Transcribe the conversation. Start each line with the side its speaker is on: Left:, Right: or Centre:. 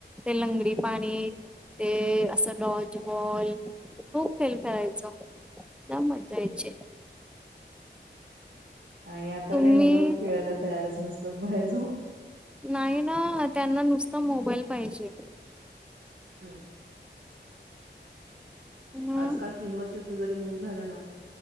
Centre: ते लंगडी पाणी ते असं डॉज बॉल खूप खेल खेळायचो लई मज्जा यायची
Right: आणि आता
Centre: तुम्ही
Right: काही मुलं खेळायला तयारच नसतात बाहेर जाऊन
Centre: नाही ना त्यांना नुसतं मोबाईल पाहिजे
Right: हम्म
Centre: हम्म
Right: आजकाल तीन वर्षाच जरी मूल झालं ना